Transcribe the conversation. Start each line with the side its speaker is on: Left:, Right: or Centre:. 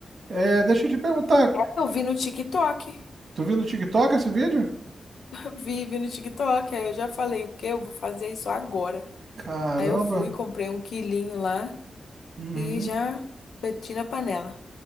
Right: É, deixa eu te perguntar,
Left: Eu vi no TikTok,
Right: tu viu no TikTok esse vídeo?
Left: <laughs> vi, vi no TikTok, aí eu já falei, o quê? Eu vou fazer isso agora.
Right: Caramba.
Left: Aí eu fui, comprei um quilinho lá
Right: Uhum.
Left: e já meti na panela.